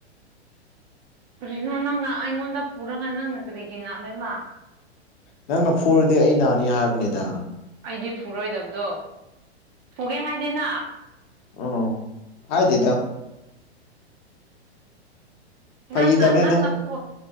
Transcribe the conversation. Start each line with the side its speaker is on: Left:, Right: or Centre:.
Right: ꯀꯔꯤꯅꯣ ꯅꯪꯅ ꯑꯩꯉꯣꯟꯗ ꯄꯨꯔꯒ ꯅꯪꯅ ꯀꯔꯤꯒꯤ ꯅꯥꯗꯣꯏꯃ
Left: ꯅꯪꯅ ꯐꯨꯔꯗꯤ ꯑꯩ ꯅꯥꯅꯤ ꯍꯥꯏꯕꯅꯤꯗ
Right: ꯑꯩꯗꯤ ꯐꯨꯔꯣꯏꯗꯕꯗꯣ ꯐꯨꯒꯦ ꯍꯥꯏꯗꯦꯅ
Left: ꯑꯣ ꯍꯥꯏꯗꯦꯗ ꯐꯥꯒꯤ
Right: ꯅꯪꯅ
Left: ꯇꯕꯅꯦ
Right: ꯅꯪꯅ
Left: ꯅꯪ
Right: ꯐꫭ